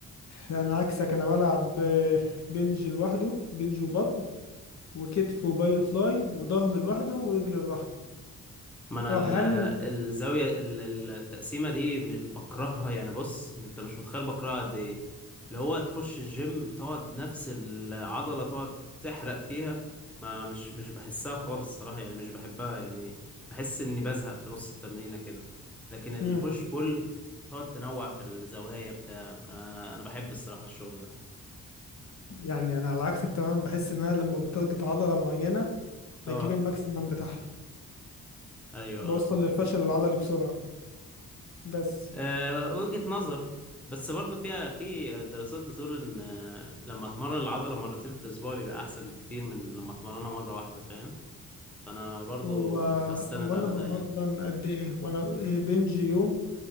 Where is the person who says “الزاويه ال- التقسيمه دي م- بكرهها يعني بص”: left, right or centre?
Centre